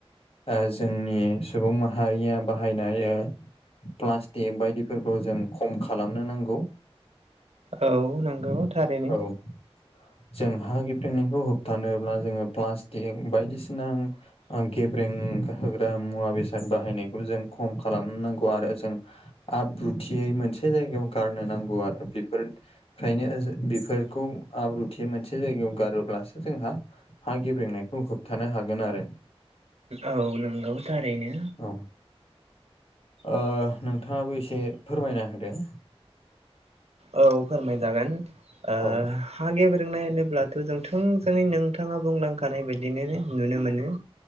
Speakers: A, on the left; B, on the right.
A: ओ जोंनि सुबुं माहारिया बाहायनाय ओ प्लास्टिक बायदिफोरखौ जों खम खालामनो नांगौ।
B: औ नोंगौ थारैनो।
A: औ जों हा गेब्रेंनायखौ होबथानोब्ला जोंङो प्लास्टिक बायदिसिना ओ गेब्रें होग्रा मुवा बेसाद बाहायनायखौ जों खम खालामनो नांगौ आरो जों आब्रुथियै मोनसे जायगायाव गारनो नांगौ आरो बेफोर फ्रायनो ओ जो बेफोरखौ आब्रुथियै मोनसे जायगायाव गारोब्लास जोंहा हा गेब्रेंनायखौ होबथानो हागोन आरो।
B: औ नोंगौ थारैनो।
A: औ ओ नोंथांङाबो एसे फोरमायना होदो।
B: औ फोरमाय जागोन ओ
A: औ
B: हा गेब्रेंनाय होनोब्लाथ' जों थोंजोंयै नों थांङा बुंलांखानाय बायदिनो नुनो मोनो